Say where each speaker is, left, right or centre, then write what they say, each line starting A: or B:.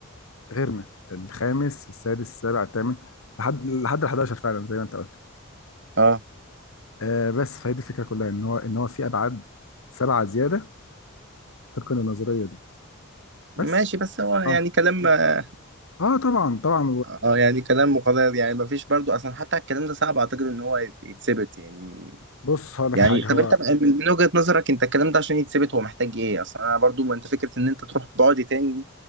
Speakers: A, on the left (about 70°); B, on the right (about 55°).
A: غيرنا الخامس السادس السابع الثامن لحد لحد ال 11 فعلا زي ما انت قلت
B: اه
A: آه بس فهي دي الفكره كلها ان هو ان هو في ابعاد سبعه زياده طبقا للنظريه دي
B: ماشي
A: بس
B: بس هو يعني
A: اه
B: كلام اه
A: اه طبعا طبعا
B: آه، يعني كلام مقدر يعني ما فيش برضو اصلا حتى الكلام ده صعب اعتقد ان هو يت- يتثبت يعني
A: وبص هقول
B: يعني
A: لك حاجه هو
B: طب انت من من وجهة نظرك انت الكلام ده عشان يتثبت هو محتاج ايه اصلا انا برضو ما انت فكرة ان انت تروح بعد تاني دي